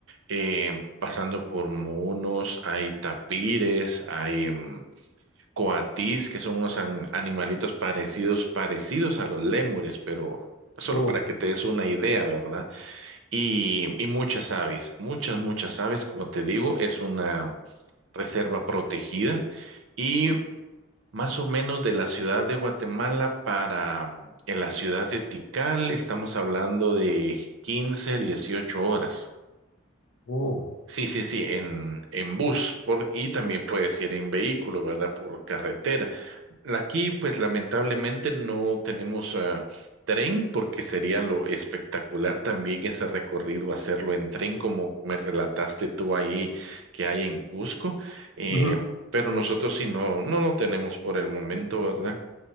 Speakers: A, on the right; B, on the left.
A: eh, pasando por monos, hay tapires, hay... mm, coatís, que son unos an- animalitos parecidos, parecidos a los lémures, pero solo
B: Oh,
A: para que te des una idea, ¿verdad? Y, y muchas aves, muchas, muchas aves, como te digo, es una reserva protegida y más o menos de la ciudad de Guatemala para en la ciudad de Tikal estamos hablando de 15 18 horas.
B: oh.
A: Sí, sí, sí, en, en bus por, y también puedes ir en vehículo, ¿verdad? Por carretera. Aquí, pues lamentablemente no tenemos ah, tren porque sería lo espectacular también ese recorrido, hacerlo en tren como me relataste tú ahí que hay en Cusco. Eh,
B: Ujú.
A: pero nosotros sí no, no, no tenemos por el momento, ¿verdad?